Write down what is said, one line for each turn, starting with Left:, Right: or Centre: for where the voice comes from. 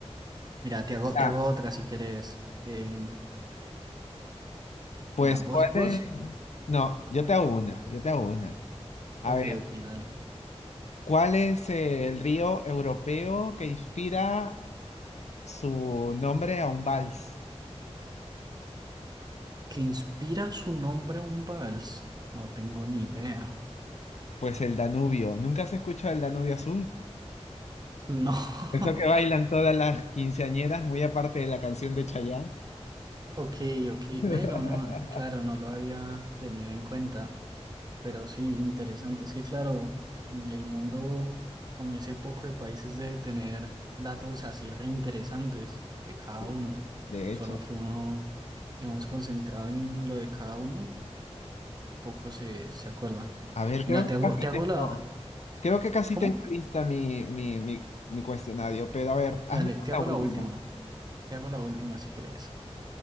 Right: Mira, te hago,
Left: Ah,
Right: te hago otra si quieres. Eh,
Left: pues,
Right: mira, vos,
Left: ¿cuál
Right: vos.
Left: es? No, yo te hago una, yo te hago una. A
Right: Ok,
Left: ver,
Right: ok, dale.
Left: ¿cuál es el río europeo que inspira su nombre a un vals?
Right: ¿Que inspira su nombre a un vals? No tengo ni idea.
Left: Pues el Danubio. ¿Nunca se escucha el Danubio Azul?
Right: No. <laughs>
Left: Eso que bailan todas las quinceañeras, muy aparte de la canción de Chayanne.
Right: Ok, ok.
Left: <laughs>
Right: Ve, no, no, claro, no lo había tenido en cuenta. Pero sí, interesante. Es que, claro, el mundo con ese poco de países debe tener datos así reinteresantes de cada
Left: Sí,
Right: uno.
Left: De
Right: Solo
Left: hecho,
Right: que uno, digamos, concentrado en lo de cada uno, poco se, se acuerda.
Left: a ver, creo
Right: Mira,
Left: que
Right: te hago,
Left: casi
Right: te hago
Left: tengo,
Right: la...
Left: creo que casi
Right: ¿Cómo?
Left: tengo lista mi, mi, mi, mi cuestionario, pero a ver, hazme
Right: Dale, te
Left: una
Right: hago
Left: última.
Right: la última. Te hago la última si quieres